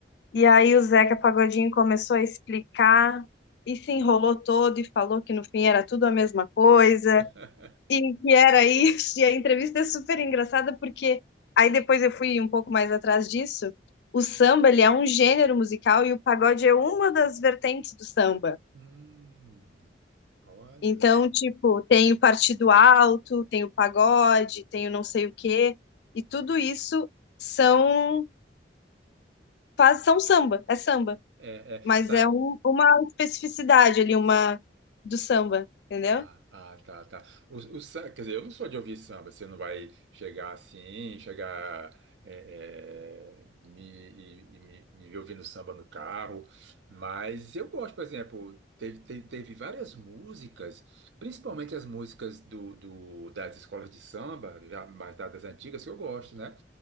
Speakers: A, on the left; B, on the right.
A: E aí o Zeca Pagodinho começou a explicar e se enrolou todo e falou que no fim era tudo a mesma coisa.
B: <laughs>
A: E que era isso, e a entrevista é super engraçada porque aí depois eu fui um pouco mais atrás disso. O samba, ele é um gênero musical e o pagode é uma das vertentes do samba.
B: hum. Olha,
A: Então,
B: legal.
A: tipo, tem o partido alto, tem o pagode, tem o não sei o quê, e tudo isso são faz, são samba, é samba,
B: É, é,
A: mas
B: sa-
A: é um- uma especificidade ali, uma do samba, entendeu?
B: Ah, ah, tá, tá. O, o, sam- quer dizer, eu não sou de ouvir samba. Você não vai chegar assim, chegar é, é, me, e, e me, me ver ouvindo samba no carro. Mas eu gosto, por exemplo, teve, teve, teve várias músicas, principalmente as músicas do, do, das escolas de samba, já mais das antigas, que eu gosto, né?